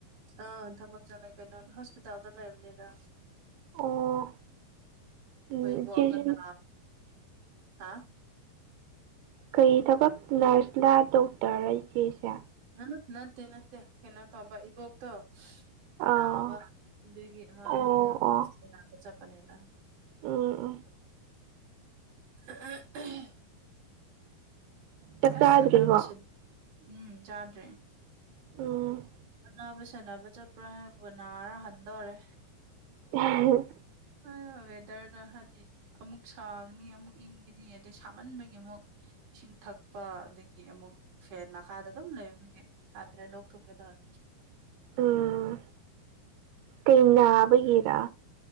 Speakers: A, on the right; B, on the right.
A: ꯑꯥ ꯊꯕꯛ ꯆꯠꯂ ꯀꯩꯅꯣ ꯍꯣꯁꯄꯤꯇꯥꯜꯗ ꯂꯩꯔꯕꯅꯤꯗ
B: ꯑꯣ ꯎꯝ
A: ꯑꯩꯈꯣꯏ
B: ꯏꯆꯦꯁꯤ
A: ꯄꯣꯕꯅ ꯍꯥꯥ
B: ꯀꯔꯤ ꯊꯕꯛ ꯅꯔꯁꯂ ꯗꯣꯛꯇꯔ ꯏꯆꯦꯁꯦ
A: ꯅ ꯅꯠꯇꯦ ꯅꯠꯇꯦ ꯀꯩꯅꯣ ꯇꯧꯕꯧꯕ ꯏꯕꯣ ꯇꯣ
B: ꯑꯥ
A: ꯅꯥꯕ ꯑꯗꯨꯗꯒꯤ ꯑꯃ
B: ꯑꯣ
A: ꯊꯥꯡꯕ
B: ꯑꯣ
A: ꯅꯥꯕ ꯆꯠꯄꯅꯦꯗ
B: ꯎꯝ ꯎ
A: ꯑ
B: ꯆꯥꯛ
A: ꯑꯁ
B: ꯆꯥꯗ꯭ꯔꯤꯕꯣ
A: ꯑꯅꯥꯕꯁꯨ ꯎꯝ ꯆꯥꯗ꯭ꯔꯦ
B: ꯎꯝ
A: ꯅꯥꯕ ꯁꯥꯟꯅꯕ ꯆꯠꯄ꯭ꯔꯥ ꯍꯥꯏꯕꯕꯨ ꯅꯥꯔ ꯍꯟꯗꯧꯔꯦ
B: ꯑ
A: ꯍ ꯋꯦꯗꯔꯗ ꯍꯥꯏꯗꯤ ꯑꯃꯨꯛ ꯁꯥꯒꯅꯤ ꯑꯃꯨꯛ ꯏꯪꯒꯅꯤ ꯑꯗꯩ ꯁꯥꯃꯟꯕꯒꯤ ꯑꯃꯨꯛ ꯏꯁꯤꯡ ꯊꯛꯄ ꯑꯗꯒꯤ ꯑꯃꯨꯛ ꯐꯦꯟ ꯃꯈꯥꯗ ꯑꯗꯨꯝ ꯂꯩꯕꯒꯤ ꯌꯥꯗ꯭ꯔꯦ ꯂꯧꯊꯣꯛꯀ ꯇꯔꯦ
B: ꯎꯝ ꯀꯩꯅꯥꯕꯒꯦꯔ